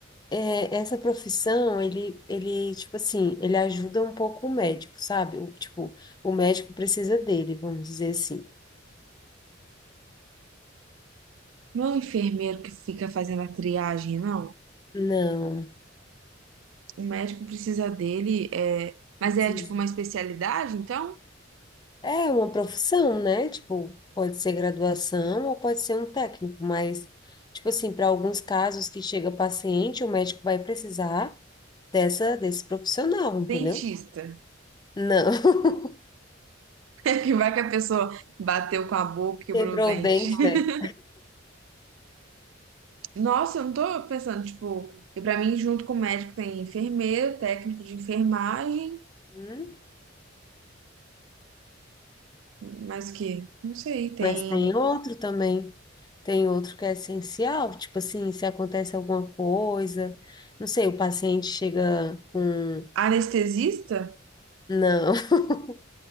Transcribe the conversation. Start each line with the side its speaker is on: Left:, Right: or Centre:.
Left: é, essa profissão, ele, ele, tipo assim, ele ajuda um pouco o médico, sabe? O, tipo, o médico precisa dele, vamos dizer assim.
Right: Não é o enfermeiro que fica fazendo a triagem, não?
Left: Não,
Right: O médico precisa dele, é...
Left: precisa.
Right: mas é tipo uma especialidade, então?
Left: É uma profissão, né? Tipo, pode ser graduação ou pode ser um técnico, mas, tipo assim, para alguns casos que chega paciente, o médico vai precisar dessa, desse profissional,
Right: Dentista.
Left: entendeu?
Right: <laughs>
Left: Não.
Right: que vai que a pessoa bateu com a boca,
Left: <laughs>
Right: quebrou
Left: Quebrou
Right: o dente.
Left: o dente,
Right: <laughs>
Left: né?
Right: Nossa, eu não tô pensando, tipo, e pra mim, junto com o médico, tem enfermeiro, técnico de enfermagem,
Left: Hum,
Right: mais o quê? Não sei, tem
Left: Mas tem outro também. Tem outro que é essencial, tipo assim, se acontece alguma coisa, não sei, o paciente chega com.
Right: anestesista?
Left: Não. <laughs>